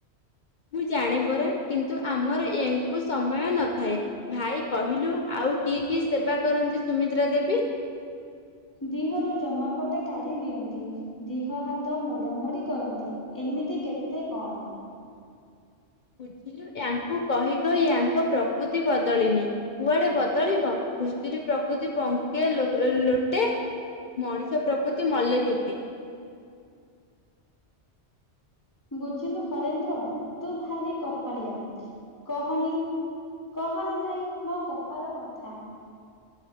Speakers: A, on the left (about 50°); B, on the left (about 15°).
A: ମୁଁ ଜାଣେ ପରା କିନ୍ତୁ ଆମର ୟା ଙ୍କୁ ସମୟ ନଥାଏ ଭାଇ କହିଲୁ ଆଉ କି କି ସେବା କରନ୍ତି ସୁମିତ୍ରା ଦେବୀ
B: ଦିହରୁ ଜମାପଟା କାଢି ଦିଅନ୍ତି ଦିହ ହାତ ମୋଡ଼ାମୋଡ଼ି କରନ୍ତି ଏମିତି କେତେ କଣ?
A: ବୁଝିଲୁ ୟାଙ୍କୁ କହି କହି ୟାଙ୍କ ପ୍ରକୃତି ବଦଳିନି କୁଆଡେ ବଦଳିବ ଘୁଷୁରୀ ପ୍ରକୃତି ପଙ୍କେ ଲୋଟେ ମଣିଷ ପ୍ରକୃତି ମଲେତୁଟେ।
B: ବୁଝିଲୁ ହରେନ୍ଦ୍ର ତୁ ଭାରି କପାଳିଆ କହନି କହନି ଭାଇ ମୋ କପାଳ କଥା